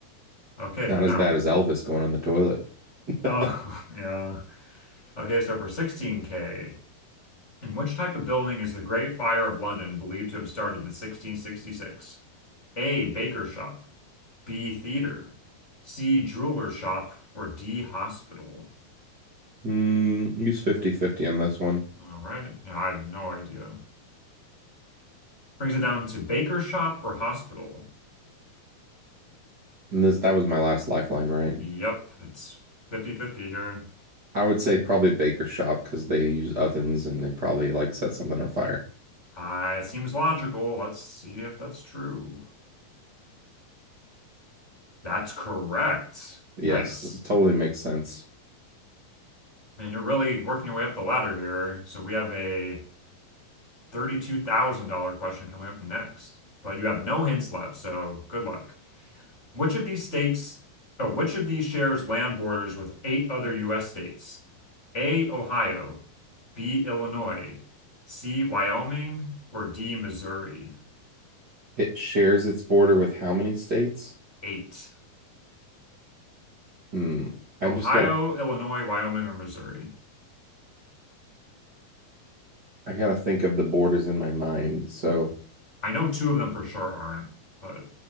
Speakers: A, on the left; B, on the right.
A: Okay,
B: Not
A: but
B: as
A: now,
B: bad as Elvis going on the toilet. <laughs>
A: oh <laughs> yeah. Okay, so for 16K. In which type of building is the Great Fire of London believed to have started in 1666? A. Baker shop. B. Theater. C. Jeweler shop. Or D. Hospital?
B: Mm, use fifty fifty on this one.
A: All right. Yeah, I have no idea. Brings it down to baker shop or hospital.
B: And this that was my last lifeline, right?
A: Yep, it's fifty-fifty here.
B: I would say probably baker shop because they use ovens and they probably like set something on fire.
A: Uh, it seems logical. Let's see if that's true. That's correct.
B: Yes,
A: Nice.
B: that totally makes sense.
A: Man, you're really working your way up the ladder here. So we have a $32,000 question coming up next, but you have no hints left, so good luck. Which of these states, oh, which of these shares land borders with eight other U.S. states? A, Ohio, B, Illinois, C, Wyoming, or D, Missouri?
B: It shares its border with how many states?
A: Eight.
B: Hmm. I
A: Ohio,
B: just gotta
A: Illinois, Wyoming, or Missouri?
B: I gotta think of the borders in my mind. So,
A: I know two of them for sure aren't, but